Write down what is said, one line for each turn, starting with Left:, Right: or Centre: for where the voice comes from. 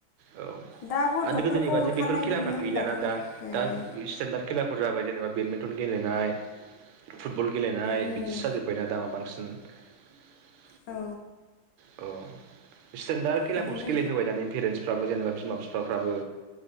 Right: औ
Left: दा गथ'फोरखौ
Right: आरो गोदोनिबायदि
Left: ओंखारनाय
Right: बेफोर खेलाफोरा
Left: नुयो होमबाथ'
Right: गैलाना दा-दा
Left: बिरादनो
Right: इसटेनदार खेलाफोर जाबाय जेनबा। बेडमिन्टन गेलेनाय फुट फुटबल गेलेनाय
Left: उम
Right: बिदिसो जाजोब्बायना दामा बांसिन। <unintelligible>
Left: औ।
Right: औ। जोंदा खेलाखौ
Left: बिदिनो
Right: गेलेहोबाय पेरेन्टसफ्राबो जेनबा बिमा बि सामफ्राबो।